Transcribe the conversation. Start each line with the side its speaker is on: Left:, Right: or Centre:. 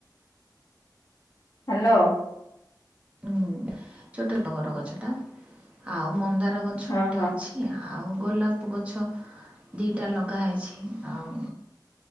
Left: ହାଲୋ।
Right: ଉଁ, ଛୋଟ ଟଗର ଗଛଟା, ଆଉ ମନ୍ଦାର ଗଛ
Left: ହଁ
Right: ଗୋଟେ
Left: ହଁ
Right: ଅଛି। ଆଉ ଗୋଲାପ ଗଛ ଦିଟା ଲଗା ହେଇଛି, ଆଉ